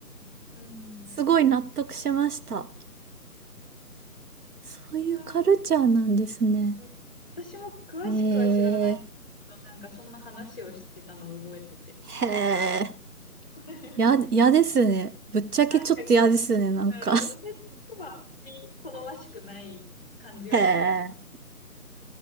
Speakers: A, in the centre; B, on the right.
A: うん。
B: すごい納得しました。そういうカルチャーなんですね。
A: いやー、うん私も詳しくは知らないけど、
B: え
A: なんか、そんな話をしてたのを覚えてて。
B: ー、へえ、
A: はい <laughs>
B: や、嫌ですね。ぶっちゃけちょっと嫌ですね、
A: なんか、うん
B: なんか
A: 女性としてはあんまり好ましくない感じはしますよ。
B: <laughs> へえ。